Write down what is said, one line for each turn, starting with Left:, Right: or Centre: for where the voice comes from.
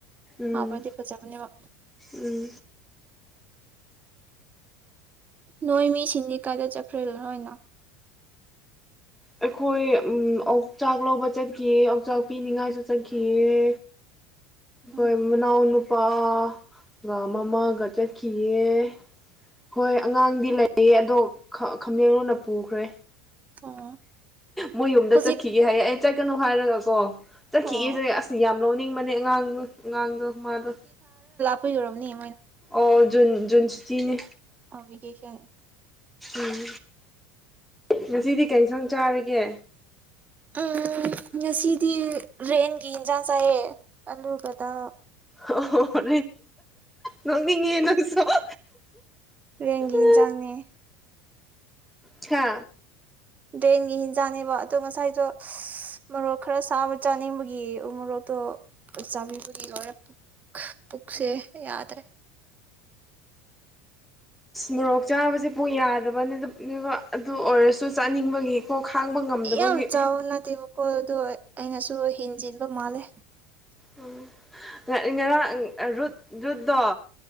Centre: ꯎꯝ
Right: ꯑꯕꯗꯤ ꯐꯖꯕꯅꯦꯕ
Centre: ꯎꯝ
Right: ꯅꯣꯏ ꯃꯤ ꯁꯤꯟꯗꯤ ꯀꯥꯗ ꯆꯠꯈ꯭ꯔꯦ ꯅꯣꯏꯅ
Centre: ꯑꯩꯈꯣꯏ ꯑꯣꯆꯥꯛ ꯂꯧꯕ ꯆꯠꯈꯤꯑ ꯑꯣꯛꯆꯥꯛ ꯄꯤꯅꯤꯡꯉꯥꯏꯁꯨ ꯆꯠꯈꯤꯑꯦ
Right: ꯎꯝ
Centre: ꯍꯣꯏ ꯃꯅꯥꯎ ꯅꯨꯄꯥꯒ ꯃꯃꯥꯒ ꯆꯠꯈꯤꯑꯦ ꯍꯣꯏ ꯑꯉꯥꯡꯗꯤ ꯂꯩꯌꯦ ꯑꯗꯣ ꯈꯥꯝꯃꯦꯦꯟꯣꯟꯅ ꯄꯨꯈ꯭ꯔꯦ
Right: ꯑꯣ
Centre: ꯃꯣꯏ ꯌꯨꯝꯗ
Right: ꯍꯧꯖꯤꯛ
Centre: ꯆꯠꯈꯤꯒꯦ ꯍꯥꯏꯌꯦ ꯑꯩ ꯀꯩꯅꯣ ꯍꯥꯏꯔꯒ ꯀꯣ ꯆꯠꯈꯤꯑꯁꯦ
Right: ꯑꯣ
Centre: ꯑꯁ ꯌꯥꯝ ꯂꯣꯅꯤꯡ ꯃ ꯉꯥꯡꯣ ꯉꯥꯡꯣ ꯃꯥꯗꯨ
Right: ꯀ ꯌꯧꯔꯕꯅꯦ
Centre: ꯑꯣꯖꯟ ꯖꯟꯁꯤꯇꯤꯅꯦ
Right: ꯚꯦꯀꯦꯁꯟ
Centre: ꯎꯝ ꯉꯁꯤꯗꯤ ꯀꯩ ꯁ ꯆꯥꯔꯒꯦ
Right: ꯎꯝ ꯉꯁꯤꯗꯤ ꯔꯦꯟꯒꯤ ꯏꯟꯁꯥꯡ ꯆꯥꯏꯌꯦ ꯑꯂꯨꯕꯗ
Centre: ꯑꯣ ꯍ ꯍꯛ ꯅꯉꯉ ꯅꯁꯨꯣ
Right: ꯔꯦꯟꯒꯤ
Centre: ꯎ
Right: ꯍꯤꯟꯖꯥꯡꯅꯦ
Centre: ꯆ
Right: ꯕꯦꯟꯒꯤ ꯍꯤꯟꯖꯥꯡꯅꯦꯕ ꯑꯗꯣ ꯉꯁꯥꯏꯁꯨꯣ ꯃꯣꯔꯣꯛ ꯈꯔ ꯁꯥꯕ ꯆꯥꯅꯤꯡꯕꯒꯤ ꯃꯣꯔꯣꯛꯇꯣ ꯆꯥꯕꯤꯕꯒꯤ ꯂꯣꯏꯔꯦ ꯄꯨꯛꯁꯦ ꯌꯥꯗ꯭ꯔꯦ
Centre: ꯃꯣꯔꯣꯛ ꯆꯥꯕꯁꯦ ꯄ ꯌꯥꯗꯕꯅꯤ ꯑꯗꯨ ꯑꯣꯏꯔꯁꯨ ꯆꯥꯅꯤꯡꯕꯒꯤꯀꯣ ꯈꯥꯡꯕ ꯉꯝꯗꯕꯒꯤ
Right: ꯌꯥꯝ ꯆꯥꯎꯕ ꯅꯠꯇꯦꯕꯀꯣ ꯑꯗꯣ ꯑꯩꯅꯁꯨ ꯍꯦꯟꯖꯤꯟꯕ ꯃꯥꯜꯂꯦ
Centre: ꯎꯝ ꯉꯔꯥꯡ ꯔꯨꯠ ꯨꯠꯇꯣ